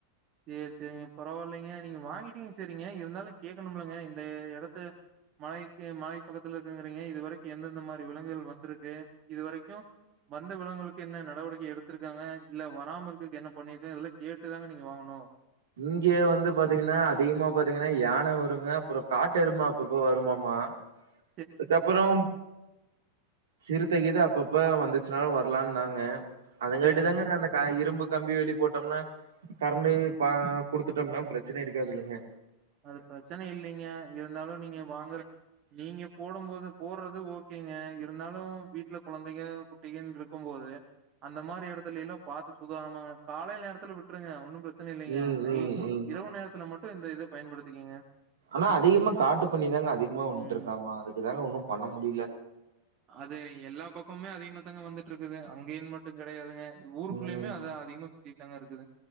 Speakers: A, on the right; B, on the right.
A: சேரி சேரிங்க, பரவால்லைங்க நீங்க வாங்கிட்டீங்க சரிங்க இருந்தாலு கேக்கணும்லங்க இந்த எடத்த மாய்க்கு மாய் பக்கத்துல இருக்குங்கிறீங்க இது வரைக்கு எந்தெந்த மாரி விலங்குகள் வந்திருக்கு இது வரைக்கு வந்த விலங்குகளுக்கு என்ன நடவடிக்கை எடுத்திருக்காங்க இல்ல வராம இருக்குரதுக்கு என்ன பண்ணிருக்காங்க இதல்லா கேட்டுதாங்க நீங்க வாங்கணு அ
B: இங்க வந்து பாத்தீங்கன்னா அதிகமா பாத்தீங்கன்னா யான வருங்க அப்புறோ காட்டெரும அப்பப்ப வருமாமா
A: <inaudible>
B: அதுக்கப்புறோ ம், சிறுத்தகீத அப்பப்ப வந்துச்சுனாலு வரலான்னாங்க அதங்காட்டிதாங்க
A: சேரிங்க
B: அந்த க இரும்பு கம்பி வேளி போட்டோம்னா கரண்டு பா குடுத்துட்டோம்னா பிரச்சன இருக்காதுல்லைங்க
A: அது பிரச்சன இல்லிங்க இருந்தாலு நீங்க வாங்குற நீங்க போடும்போது போட்றது ஓ கேங்க இருந்தாலு வீட்ல கொழந்தைக குட்டிகனு இருக் கு போம்போது அந்த மாரி எடத்துலயெல்லா பாத்து சுதானமாங்க காலை நேரத்துல விட் வுட்டுருங்க ஒன்னு பிரச்சன இல்லேங்க
B: ம்
A: நைட்
B: ம் ம்
A: இரவு நேரத்துல மட்டு இந்த இத பயன்படுத்திக்கிங்க
B: ஆனா அதிகமா காட்டு பண்ணிதாங்க அதிகமா வந்துட்ருக்காமா
A: ம்
B: அதுக்குதாங்க ஒன்னு பண்ண முடில
A: அது எல்லா பக்கமுமே அதிகமா தாங்க வந்துட்ருக்குது அங்கேயு மட்டு கெடையாதுங்க இந்த ஊருக்குள்ளயுமே
B: ம்
A: அது அதிகமா சுத்திட்டுதாங்க இருக்குது